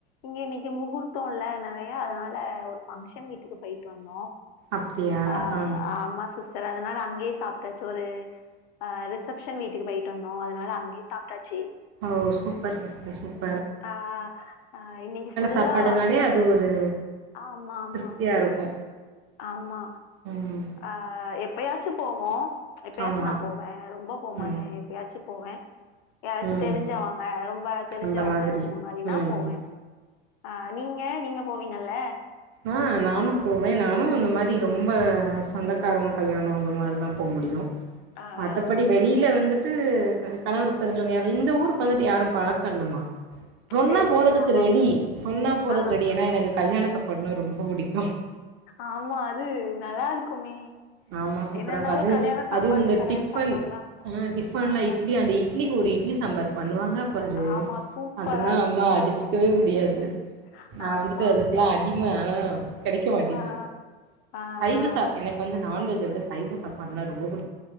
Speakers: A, on the left (about 50°); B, on the right (about 40°).
A: இங்க இன்னிக்கி முகூர்த்தோ இல்ல நறையா அதனால ஒரு பங்க்ஷன் வீட்டுக்கு போயிட்டு வந்தோ
B: அப்டியா
A: அஹ்
B: ஆ
A: அம்மா சிஸ் சர் அதனால அங்கே சாப்ட்டாச்சு ஒரு அ ரிசப்ஷன் வீட்டுக்கு போயிட்டு வந்தோ அதனால அங்கே சாப்ட்டாச்சு
B: ஓ சூப்பர் சிஸ்டர் சூப்
A: ஆஹ் அஹ் இன்னிக்கி ஃபுல்லா
B: சாப்பாடுனாலே அது ஒரு
A: ஆமாமா
B: திருப்தியா இருக்கு
A: ஆமா
B: ம்
A: ஆஹ் எப் எப்பயாச்சு போவோ எப்பயாச்சு
B: ஆமா
A: நா போவே ரொம்ப போமாட்டே
B: ம்
A: எப்பயாச்சு போவே யாராச்சு
B: ம்
A: தெரிஞ்சவாங்க ரொம்ப தெரிஞ்சவங்க
B: அந்த மாதிரி
A: அந்த மாதிரினா
B: ம்
A: போவே அஹ் நீங்க நீங்க போவீங்கல்ல
B: ஆஹ் நானு போவே நானு இந்த மாதரி ரொம்ப சொந்தக்காரங்க கல்யாணோ அந்த மாதிரிதா போ முடியு
A: ஆ
B: மத்தப்படி
A: ஆ
B: வெளியில வந்து த்து கணவருக்கு தெரிஞ்சவங்க யாரு இந்த ஊருக்கு வந்துட்டு யாரு பழக்கல்லமா சொன்னா
A: சரி,
B: போறதுக்கு
A: சரி. ஆமாமா.
B: ரெடி சொன்னா போறதுக்கு
A: ஆ
B: ரெடி ஏனா எனக்கு கல்யணோ சாப் பண்ணா ரொம்ப புடிக்கு
A: ஆமா அது நல்லா இருக்குமே
B: ஆமா சூப்பரா
A: என்ன இருந்தாலு
B: இருக்கு அதுவு
A: கல்யாண சாப்பாடு
B: அதுவு இந்த
A: கல்யாண
B: டிஃபன்
A: சாப்பாடுதா
B: டிஃபன்லா
A: ஆ ஆஹ்
B: இட்லி அந்த இட்லிக்கு ஒரு இட்லி சம்பாார் பண்ணுவாங்க பாரு
A: ஆமா. சூப்பரா
B: அதெல்லா
A: இருக்கும்.
B: அம்மா அடிச்சுக்கவே முடியாது
A: ம்ஹ்ம்.
B: நா
A: ஆமா.
B: வந்துட்டு அதுக்கெல்லா அட் இம்ம அ கெடைக்க மாட்டிது
A: ஆ ஆ ஆ
B: சைவசா
A: ஆ.
B: எனக்கு வந்து நான்வெஜ் இத விட சைவ சாப்பாடுணா ரொம்ப புடிக்கு